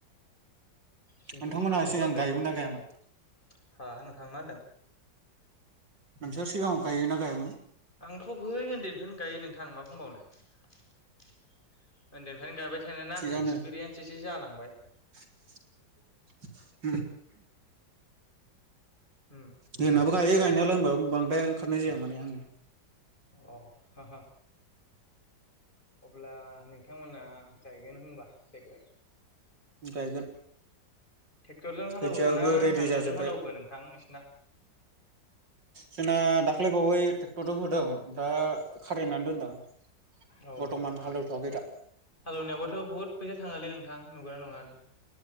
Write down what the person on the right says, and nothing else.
नोंथांमोनहा
सिगां
गायोमोन ना गायामोन
नों सिगाङाव गायोना गायामोन
थिगानो
<unintelligible>
जोंनाबो गायो
गायनायालाय होनबो बांद्राय ओंखारनाय जाया माने आङो।
ओं गायगोन।
खोथियाबो
रेडि
जाजोबबाय।
जोंना दाख्लै बावै नदम होदों दा खारेनानै दोनदों।
बर्थमान
हालेवथ'वाखै दा